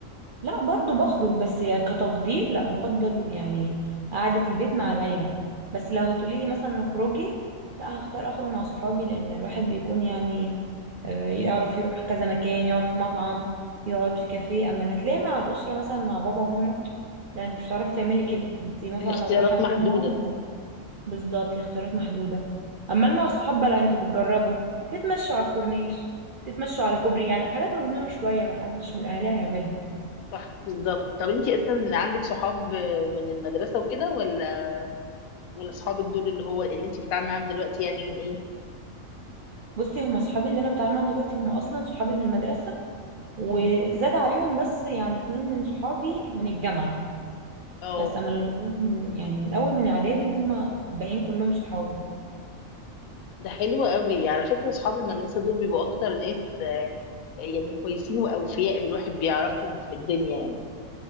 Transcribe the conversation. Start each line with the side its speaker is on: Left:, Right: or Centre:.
Right: لا برضو بخرج بس يعني كتفضيل لا بفضل يعني قعدة البيت مع العيلة بس لو هتقولي لي مثلا اخرجي لا هختار اخرج مع صحابي لان الواحد بيكون يعني آه، يعرف يروح كذا مكان يقعد في مطعم يقعد في كافيه اما اللي هتلاقي مع الاسرة مثلا مع بابا وماما لا انت مش هتعرفي تعملي كده انت مثلا
Left: الاختيارات
Right: لو رايحة
Left: محدودة
Right: مكان معين هت- بالظبط الاختيارات محدودة اما اللي مع الصحاب بقى لا انتوا بتجربوا تتمشوا على الكورنيش تتمشوا على كوبري يعني حاجات مجنونة شوية محدش من الاهالي هيعملها
Left: صح بالظبط طب انت اصلا عندك صحاب آه، من المدرسة وكده ولا ولا صحابك دول اللي هو اللي انت بتتعاملي معاهم دلوقتي يعني ايه
Right: بصي هم صحابي اللي انا بتعامل معاهم دلوقتي هم اصلا صحابي من المدرسه وزاد
Left: مم.
Right: عليهم بس يعني اتنين من صحابي من الجامعه
Left: اه
Right: بس اما ال- من يعني من اول من اعدادي وهم الباقيين كلهم صحابي
Left: ده حلو قوي على فكرة صحاب المدرسة دول بيبقوا اكتر ناس آه، يعني كويسين واوفياء الواحد بيعرفهم في الدنيا يعني